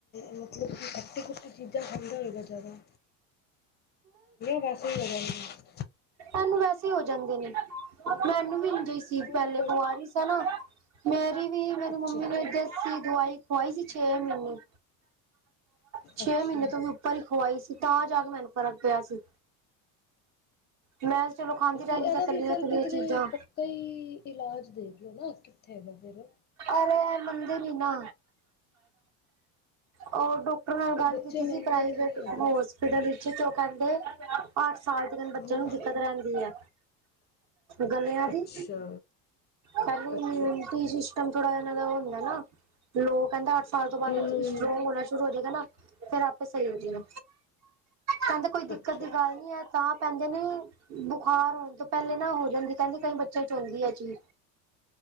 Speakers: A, on the left; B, on the right.
A: ਮਤਲਬ ਕਿ ਖਟੀ ਖੁਟੀ ਚੀਜ਼ਾਂ ਖੰਦਾ ਹੋਏਗਾ ਜ਼ਿਆਦਾ <unintelligible>
B: ਐਨੂੰ ਵੈਸੇ ਹੋ ਜਾਂਦੇ ਨੇ ਮੈਨੂੰ ਵੀ ਇਜੇ ਸੀ
A: ਹਾਂ
B: ਪਹਿਲੇ
A: ਬਸ
B: ਕੁਵਰੀ ਸ ਨਾ ਮੇਰੀ ਵੀ ਮੇਰੀ
A: ਅੱਛਾ
B: ਮੰਮੀ
A: ਅੱਛਾ
B: ਵ ਜ ਦਵਾਈ ਖਵਾਈ ਸੀ ਛੇ ਮਹੀਨੇ, ਛੇ
A: ਅੱਛਾ
B: ਮਹੀਨੇ ਤੋਂ ਵੀ ਇੱਕ ਵਾਰੀ ਖਵਾਈ ਸੀ, ਤਾਂ ਜਾ ਕੇ ਮੈਨੂੰ ਫਰਕ ਪਿਆ ਸੀ। ਮੈਂ ਚਲੋ ਖਾਂਦੀ
A: ਇਹਦਾ
B: ਰਹਿੰਦੀ ਸਾਂ ਤਲੀਆਂ
A: ਵੀ ਫਿਰ
B: ਤੁਲੀਆਂ
A: ਕਿਧਰੇ
B: ਚੀਜ਼ਾਂ
A: ਪੱਕਾ ਹੀ ਇਲਾਜ ਦੇ ਦੇਖਲੋ ਨਾ। ਕਿਥੇ ਹੈਗਾ ਫੇਰ
B: ਅਰੇ ਐ ਮੰਨਦੇ ਨੀ ਨਾ, ਉਹ ਡੋ ਆਉਦੇ ਨਾਲ
A: ਉਹ
B: ਗੱਲ
A: ਬੱਚੇ
B: ਕੀਤੀ ਸੀ
A: ਮੰਨਦੇ
B: ਪ੍ਰਾਈਵੇਟ
A: ਤਾਂ ਨਹੀਂ ਹੈਗੇ
B: ਹੋਸ। ਫਿਡਰ ਵਿੱਚ ਓ ਕੈਂਦੇ ਆਠ ਸਾਲ ਦੇ ਬੱਚਿਆਂ
A: ਹਮ
B: ਨੂੰ ਦਿੱਕਤ ਰੈਂਦੀ ਐ। ਗਲਿਆਂ ਦੀ
A: ਅੱਛਾ
B: ਪਹਿਲੀ
A: ਅੱਛਾ ਅੱਛਾ
B: <unintelligible> ਥੋੜ੍ਹਾ ਇਹਨਾਂ ਦਾ ਉਹ ਹੁੰਦਾ ਨਾ ਲੋਕ ਕਹਿੰਦੇ ਅੱਠ ਸਾਲ ਤੋਂ ਬਾਅਦ
A: ਹਮ
B: ਹੋਣਾ ਸ਼ੁਰੂ ਹੋ ਜਾਏਗਾ ਨਾ ਫੇਿਰ ਆਪੇ ਸਹੀ ਹੋ ਜਾਏ ਕਹਿੰਦਾ ਕੋਈ ਦਿੱਕਤ
A: ਅੱਛਾ
B: ਦੀ
A: ਅੱਛਾ
B: ਗੱਲ ਨਹੀਂ ਹੈ ਤਾਂ ਪਹਦਾ ਕ ਬੁਖਾਰ ਹੋਣ ਤੋਂ ਪਹਿਲੇ ਨਾ ਹੋ ਜਾਂਦੀ ਕਹਿੰਦੀ ਕਈ ਬੱਚਿਆਂ ਚ ਆਉਂਦੀ ਆ ਚੀਜ਼